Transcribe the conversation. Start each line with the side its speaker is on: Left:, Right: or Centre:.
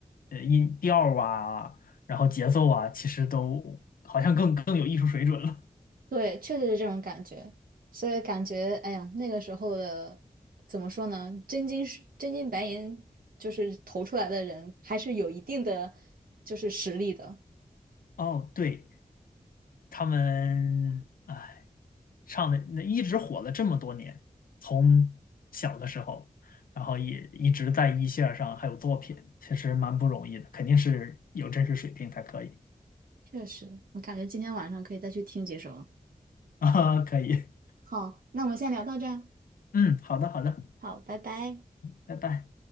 Left: 呃音调儿啊，然后节奏啊，其实都好像更更有艺术水准了。
Right: 对，确实是这种感觉，所以感觉，哎呀，那个时候的怎么说呢？真金是真金白银，就是投出来的人，还是有一定的就是实力的。
Left: 哦，对。他们哎唱的那一直火了这么多年，从小的时候，然后也一直在一线儿上还有作品，其实蛮不容易的，肯定是有真实水平才可以
Right: 确实，我感觉今天晚上可以再去听几首了。
Left: <laughs> 啊，可以，
Right: 好，那我们先聊到这儿。
Left: 嗯，好的好的，
Right: 好，拜拜。
Left: 拜拜。